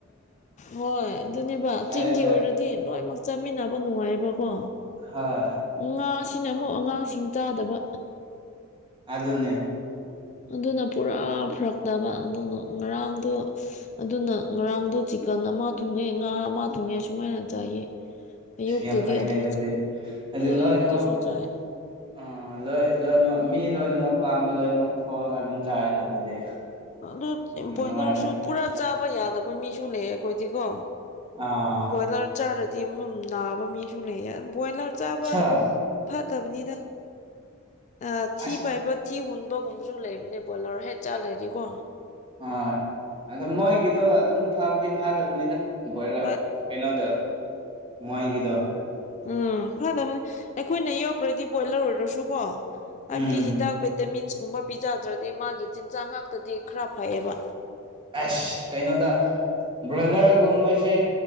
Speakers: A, on the left; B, on the right.
A: ꯍꯣꯏ ꯑꯗꯨꯅꯦꯕ ꯆꯤꯡꯒꯤ
B: ꯑꯗꯨꯗ
A: ꯑꯣꯏꯔꯗꯤ ꯂꯣꯏꯃꯛ ꯆꯥꯃꯤꯟꯅꯕ ꯅꯨꯡꯉꯥꯏꯌꯦꯕꯀꯣ
B: ꯍꯣꯏ
A: ꯉꯥꯁꯤꯅ ꯑꯃꯨꯛ ꯑꯉꯥꯡꯁꯤꯡ ꯆꯥꯗꯕ
B: ꯑꯗꯨꯅꯦ
A: ꯑꯗꯨꯅ ꯄꯨꯔꯥ ꯐꯔꯛꯇꯕ ꯑꯗꯨꯅ ꯉꯔꯥꯡꯗꯣ ꯑꯗꯨꯅ ꯉꯔꯥꯡꯗꯣ ꯆꯤꯛꯀꯟ ꯑꯃ ꯊꯣꯡꯉꯦ ꯉꯥ ꯑꯃ ꯊꯣꯡꯉꯦ ꯁꯨꯃꯥꯏꯅ ꯆꯥꯏꯌꯦ ꯑꯌꯨꯛꯇꯨꯗꯤ
B: ꯌꯥꯝ ꯐꯩꯅꯦ
A: ꯑꯗꯨ
B: ꯑꯗꯨꯗꯤ ꯑꯗꯨ ꯂꯣꯏꯅꯃꯛ
A: ꯑꯌꯨꯛꯇꯁꯨ ꯆꯥꯏ
B: ꯑ ꯂꯣꯏ ꯂꯣꯏꯅꯃꯛ ꯃꯤ ꯂꯣꯏ ꯂꯣꯏꯅꯃꯛ ꯄꯥꯝꯕ ꯂꯣꯏꯅꯃꯛ ꯊꯣꯡꯉꯒ ꯑꯗꯨꯝ ꯆꯥꯏꯔꯦꯅ ꯑꯗꯨꯗꯤ
A: ꯑꯗꯨ ꯕꯣꯏꯅꯔꯁꯨ
B: ꯅꯨꯡꯉꯥꯏꯕꯅꯦ
A: ꯄꯨꯔꯥ ꯆꯥꯕ ꯌꯥꯗꯕ ꯃꯤꯁꯨ ꯂꯩ ꯑꯩꯈꯣꯏꯗꯤꯀꯣ
B: ꯑꯥ
A: ꯕꯣꯏꯂꯔ ꯆꯥꯔꯗꯤ ꯑꯃ ꯅꯥꯕ ꯃꯤꯁꯨ ꯂꯩꯌꯦ ꯕꯣꯏꯂꯔ ꯆꯥꯕ
B: ꯁꯥ
A: ꯐꯠ ꯇꯕꯅꯤꯗ ꯑ ꯊꯤ
B: ꯑꯁ
A: ꯄꯥꯏꯕ ꯊꯤ ꯍꯨ ꯕꯒꯨꯝꯕꯁꯨ ꯂꯩꯕꯅꯦ ꯕꯣꯏꯂꯔ ꯍꯦꯛ ꯆꯥꯜꯂꯗꯤꯀꯣ
B: ꯍꯣꯏ ꯑꯗ ꯃꯣꯏꯒꯤꯗꯣ ꯑꯗꯨꯝ ꯐꯕꯨꯗꯤ ꯐꯥꯗꯕꯅꯤꯗ ꯕꯣꯏꯂꯔ
A: ꯍꯣꯏ
B: ꯀꯩꯅꯣꯗ ꯃꯣꯏꯒꯤꯗꯣ
A: ꯎꯝ ꯐꯗꯕꯅꯦ ꯑꯩꯈꯣꯏꯅ ꯌꯧꯔꯛꯇ꯭ꯔꯗꯤ ꯕꯣꯏꯂꯔ ꯑꯣꯏꯗ꯭ꯔꯁꯨ ꯀꯣ ꯍꯥꯏꯕꯗꯤ
B: ꯎꯝ
A: ꯍꯤꯗꯥꯛ ꯚꯤꯇꯃꯤꯟꯁ ꯀꯨꯝꯕ ꯄꯤꯖꯗ꯭ꯔꯗꯤ ꯃꯥꯒꯤ ꯆꯤꯟꯖꯥꯛ ꯉꯥꯛꯇꯗꯤ ꯈꯔ ꯐꯩꯌꯦꯕ
B: ꯑꯁ ꯀꯩꯅꯣꯗ ꯕ꯭ꯔꯣꯏꯂꯔꯒꯨꯝꯕꯁꯦ